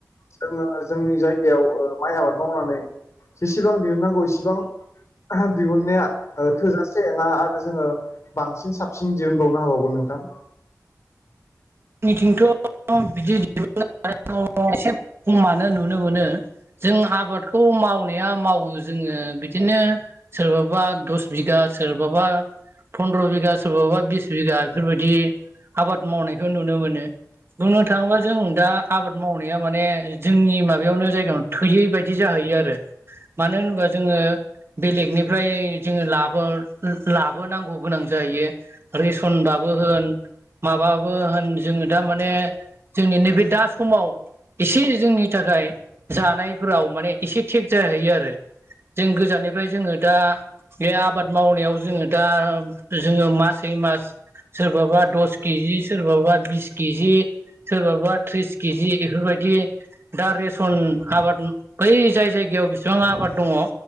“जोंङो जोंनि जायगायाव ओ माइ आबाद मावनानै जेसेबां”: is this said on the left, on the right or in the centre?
Left